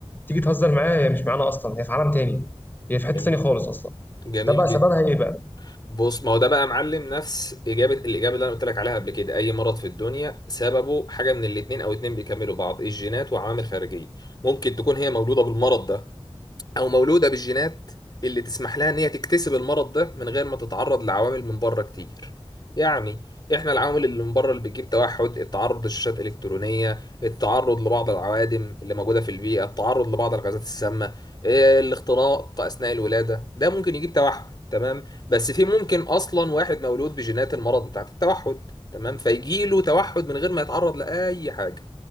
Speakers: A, on the left; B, on the left.
A: تيجي تهزر معاها هي مش معانا اصلا هي في عالم تاني هي في
B: جميل
A: حته تانيه خالص
B: جدا
A: اصلا
B: جميل
A: ده بقى
B: جدا
A: سببها ايه بقى
B: بص ما هو ده بقى يا معلم نفس اجابه الاجابه اللي انا قلت لك عليها قبل كده اي مرض في الدنيا سببه حاجه من الاتنين او اتنين بيكملوا بعض الجينات وعوامل خارجيه ممكن تكون هي مولوده بالمرض ده او مولوده بالجينات اللي تسمح لها ان هي تكتسب المرض ده من غير ما تتعرض لعوامل من بره كتير يعني احنا العوامل اللي من بره اللي بتجيب توحد التعرض لشاشات الكترونيه التعرض لبعض العوادم اللي موجوده في البيئه التعرض لبعض الغازات السامه إيه، الاختناق اثناء الولاده ده ممكن يجيب توحد تمام بس في ممكن اصلا واحد مولود بجينات المرض بتاعت التوحد تمام فيجيله توحد من غير ما يتعرض لاي حاجه